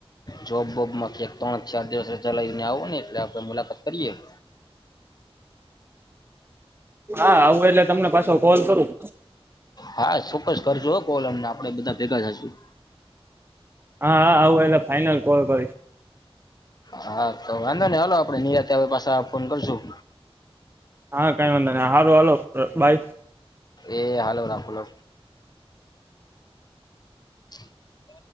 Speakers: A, on the left; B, on the right.
A: જોબોબમાંથી ત્રણક ચાર દિવસ ચલાવી ને આવો ને એટલે આપે મુલાકાત કરીએ. <inaudible>
B: હા આવું એટલે તમને પાછો કોલ કરું
A: હા ચોક્કસ કરજો કોલ આપડે બધા ભેગા થશું.
B: હા હા આવું એટલે ફાઈનલ કોલ કરીશ.
A: હા તો વાંધો ને હલો આપડે નિરાતે પાસે ફોન કરશું.
B: હા કઈ વાંધા નહી સારું હાલો બાય.
A: એ હાલો રાખલો. <inaudible>